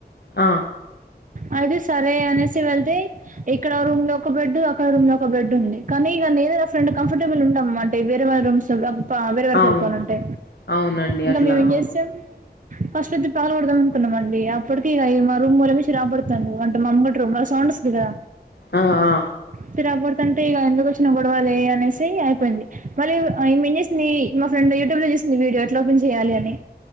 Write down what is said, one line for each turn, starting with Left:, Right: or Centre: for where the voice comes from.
Left: ఆ
Right: అయితే సరే అనేసి వేళ్తే ఇక్కడ రూమ్ లో ఒక బెడ్ అక్కడ రూమ్ లో ఒక బెడ్ ఉంది కానీ ఇక నేను నా ఫ్రెండ్ కంఫర్టబుల్ ఉంటాం అంటే వేరే వాళ్ళ రూమ్స్ తార్ అంత వేరువేరు
Left: అవును
Right: పడుకోవాలంటే
Left: అవునండి
Right: ఇంకా
Left: అట్లా
Right: మేము ఏం
Left: అవును
Right: చేస్తాం ఫస్ట్ అయితే పగల గొడదాం అనుకున్నాంమండి అప్పడకి ఇక రూమ్ వల మి రాబడతాను అంటే మా అమ గడి రూమ్ సౌండ్ ఇగా
Left: ఆ ఆ
Right: తీరాబడతుంటే ఇక ఎందుకు వచ్చినా గొడవలే అనేసి అయిపోయింది మళ్ళీ మిగేసింది మా ఫ్రెండ్ యూట్యూబ్ లో చేసింది వీడియో ఎట్లా ఓపన్ చేయాలి అని